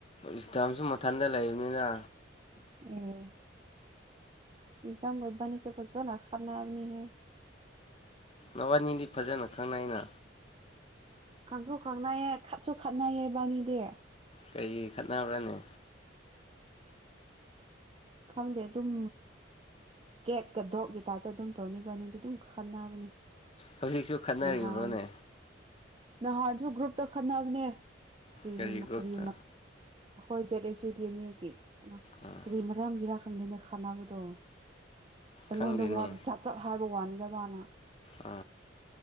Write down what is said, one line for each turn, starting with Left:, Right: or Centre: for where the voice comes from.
Left: ꯏꯁꯇꯝꯁꯨ ꯃꯊꯟꯇ ꯂꯩꯕꯅꯤꯅ
Right: ꯑ ꯗ ꯃꯕꯥꯅꯤ ꯆꯄꯖꯅ ꯈꯥꯟꯅꯥ ꯑꯃꯅꯤꯅꯤ ꯍꯥꯏ
Left: ꯊꯕꯥꯅꯤꯗꯤ ꯐꯖꯅ ꯈꯪꯅꯏꯅ
Right: ꯈꯪꯁꯨꯣ ꯈꯪꯅꯌꯦ ꯈꯠꯆꯣ ꯈꯥꯅꯌꯦꯕꯥꯅꯤ ꯗꯦ
Left: ꯀꯔꯤ ꯈꯠꯅꯅꯕ꯭ꯔꯅꯦ
Right: ꯈꯪꯗꯦ ꯑꯗꯨꯝ ꯀꯦꯠꯀ ꯗꯣꯛꯀꯤ ꯇꯥꯏꯞꯇ ꯑꯗꯨꯝ ꯇꯣꯅꯤꯕꯥꯅꯤꯗꯤ ꯑꯗꯨꯝ ꯈꯟꯅꯕꯅꯦ
Left: ꯍꯧꯖꯤꯛꯁꯨ ꯈꯠꯅꯔꯤꯕ꯭ꯔꯣꯅꯦ
Right: ꯅꯍꯥꯟ ꯅꯍꯥꯟꯁꯨ ꯒ꯭ꯔꯨꯞꯇ ꯈꯠꯅꯕꯅꯦ ꯀ
Left: ꯀꯔꯤ ꯒ꯭ꯔꯨꯞꯇ
Right: ꯀ꯭ꯔꯤꯃ ꯍꯣꯏꯖꯗꯦꯁꯨ꯭ꯨꯇꯃꯤꯌꯀꯤ ꯅ
Left: ꯑꯥ
Right: ꯀ꯭ꯔꯤꯃ ꯔꯔꯝꯒꯤꯔ ꯈꯪꯗꯅ ꯈꯅꯅꯕꯗꯣ ꯑꯩꯉꯣꯟꯗ
Left: ꯈꯪꯗꯦꯅꯦ
Right: ꯋꯥꯁꯦ ꯆꯠ ꯆꯠ ꯍꯥꯏꯕ ꯋꯥꯅꯤ ꯗ ꯃꯥꯅ
Left: ꯑ